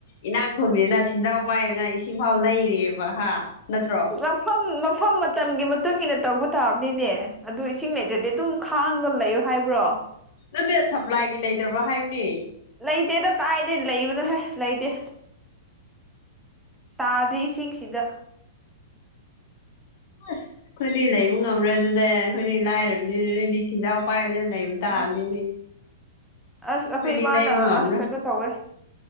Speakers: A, on the left (about 40°); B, in the centre.
A: ꯏꯅꯥꯛꯈꯨꯟꯕꯅꯤꯅ ꯁꯦꯟꯖꯥꯎ ꯄꯥꯏꯕꯅ ꯏꯁꯤꯡꯐꯥꯎ ꯂꯩꯔꯤꯌꯦꯕ ꯍꯥ ꯅꯠꯇ꯭ꯔꯣ
B: ꯃꯐꯝ ꯃꯐꯝ ꯃꯇꯝꯒꯤ ꯃꯇꯨꯡꯏꯟꯅ ꯇꯧꯕ ꯇꯥꯕꯅꯤꯅꯦ ꯑꯗꯨ ꯏꯁꯤꯡ ꯂꯩꯇ꯭ꯔꯗꯤ ꯑꯗꯨꯝ ꯈꯥꯡꯒ ꯂꯩꯌꯣ ꯍꯥꯏꯕ꯭ꯔꯣ
A: ꯅꯠꯇꯦ ꯁꯞꯄ꯭ꯂꯥꯏꯒꯤ ꯂꯩꯇꯕ꯭ꯔꯣ ꯍꯥꯏꯕꯅꯤ
B: ꯂꯩꯇꯦꯗ ꯀꯥꯏꯗꯩ ꯂꯩꯕꯅꯣꯍꯦ ꯂꯩꯇꯦ ꯇꯥꯗꯤ ꯏꯁꯤꯡꯁꯤꯗ
A: ꯑꯁ ꯑꯩꯈꯣꯏꯗꯤ ꯂꯩꯕ ꯉꯝꯔꯣꯏ ꯑꯗꯨꯗꯦ ꯑꯩꯈꯣꯏꯗꯤ ꯂꯥꯏꯔꯕꯤꯅꯤꯅ ꯅꯪꯗꯤ ꯁꯦꯟꯖꯥꯎ ꯄꯥꯏꯕꯅꯤꯅ ꯂꯩꯕ ꯇꯥꯕꯅꯤꯅꯦ
B: ꯑꯁ ꯑꯁ
A: ꯑꯩꯈꯣꯏꯗꯤ
B: ꯑꯩꯈꯣꯏ ꯏꯃꯥꯅ
A: ꯂꯩꯕ ꯉꯝꯔꯣꯏ
B: ꯑꯥ ꯀꯩꯅꯣ ꯇꯧꯋꯦ